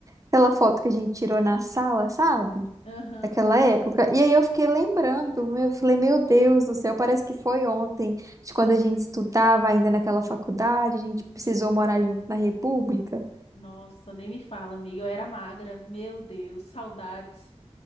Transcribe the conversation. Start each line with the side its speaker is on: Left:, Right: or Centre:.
Right: Aquela foto que a gente tirou na sala, sabe?
Left: <laughs> Aham.
Right: Daquela época. E aí eu fiquei lembrando, eu falei, meu Deus do céu, parece que foi ontem, de quando a gente estudava ainda naquela faculdade, a gente precisou morar junto na República.
Left: Nossa, nem me fala, amiga. Eu era magra. Meu Deus, saudades.